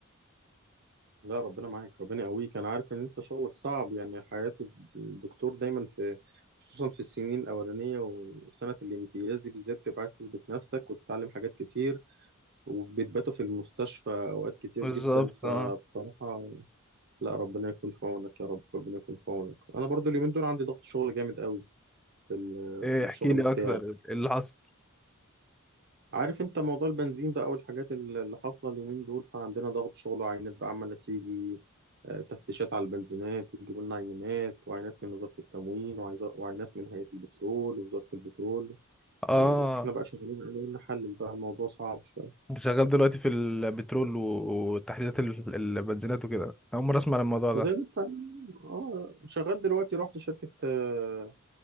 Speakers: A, on the right (about 50°); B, in the centre.
A: لا ربنا معاك ربنا يقويك انا عارف ان انت شغلك صعب يعني حياة الدكتور دايما في خصوصا في السنين الاولانية وسنة الامتياز دي بالذات بتبقى عايز تثبت نفسك وتتعلم حاجات كتير وبتباتوا في المستشفى اوقات كتير
B: بالظبط
A: جدا فبصراحة
B: اه
A: لا ربنا يكون في عونك يا رب ربنا يكون في عونك انا برضو اليومين دول عندي ضغط شغل جامد قوي في ال-
B: ايه
A: في
B: احكي
A: الشغل
B: لي
A: بتاعي
B: أكتر إيه اللي حصل
A: عارف انت موضوع البنزين بقى والحاجات ال- اللي حاصلة اليومين دول فعندنا ضغط شغل وعينات بقى عمالة تيجي آه، تفتيشات على البنزينات ويجيبوا لنا عينات وعينات من وزارة التموين وعايزة- وعينات من هيئة البترول ووزارة البترول
B: اه
A: واحنا بقى شغالين عليه نحلل بقى الموضوع صعب شوية
B: انت شغال دلوقتي في البترول و- وتحليلات ال- البنزينات وكده أنا أول مرة أسمع عن الموضوع ده
A: زي ما انت اه شغال دلوقتي رحت شركة آه،